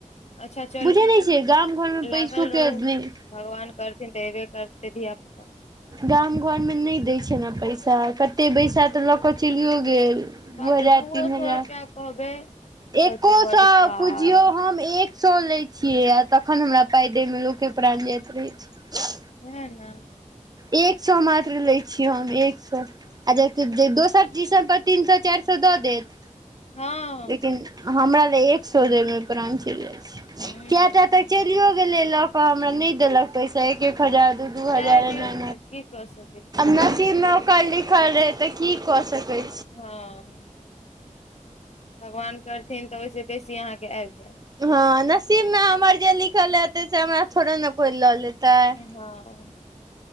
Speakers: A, on the left; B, on the right.
A: अच्छा चलू
B: बुझै नहि छियै गाम घरमे
A: लागल
B: पैसो
A: रहू।
B: के नहि
A: भगवान करेथिन तऽ ऐबे करतै धिया-पुता।
B: गामं घरमे नहि दय छै ने पैसा कत ते पैसा तऽ लऽ कऽ चलियो गेल, दू
A: बाप
B: हजार
A: रे दूओ
B: तीन हजार।
A: सए रुपआ कहबै तऽ
B: एको
A: कहते बड
B: सौ
A: पाय
B: पुझियौ हम एक सौ लय छियै, आ तखन हमरा पाय दय मे लोके प्राण जाइत रहै छय।
A: वैह नऽ
B: एक सौ मात्र लै छियै हम, एक सौ। आ जे कि जे दोसर टीशन पर तीन सौ चार सौ दऽ देत।
A: हँ
B: लेकिन हमरा लऽ एक सौ मे प्राण चेल जाइ छे
A: ह
B: कियाटा तक। चलियो गेले लऽ कऽ हमरा ने देलक पैसा, एक- एक हजार दू - दू हजार
A: जाय दियौ
B: एना
A: आर की कऽ सकै छी
B: नसीब मे ओकर लिखल रहे तऽ की कऽ सके
A: हं, भगवान करथिन त ओहिसे बेसी कहाँ के आयब जायत।
B: ह, नसीब मे हमर जे लिखल हेते, से हमरा थोड़े ने कोइ लऽ लेत। तऽ
A: हँ